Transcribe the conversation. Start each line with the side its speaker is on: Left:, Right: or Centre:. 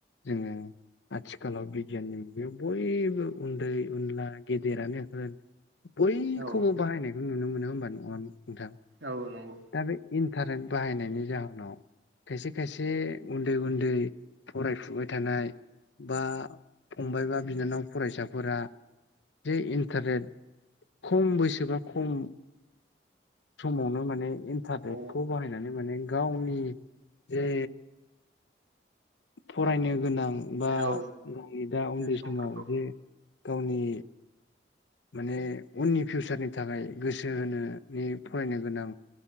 Left: जोङो आथिखालाव बिगियाननि मुगायाव बयबो उन्दै उनला गेदेरानो होन बयखौबो
Right: औ
Left: बाहायनायखौ नुनो मोनो होमबा नङ नोंथां।
Right: औ नंगौ।
Left: आरो इन्टारेट बाहायनायनि जाहोनाव खायसे खायसे उन्दै उन्दै फरायफुबाय थानाय बा फंबाय बा बिनानाव फरायसाफोरा जे इन्टारेट खम बैसोबा खम समावनो माने थारगेदखौ
Right: औ
Left: बाहायनानै माने गावनि जे फरायनो गोनां बा
Right: औ
Left: <unintelligible> दा उन्दै
Right: समफोरखौ
Left: समाव जे गावनि माने उननि फिउसारनि थाखाय गोसो होनोने फरायनो गोनां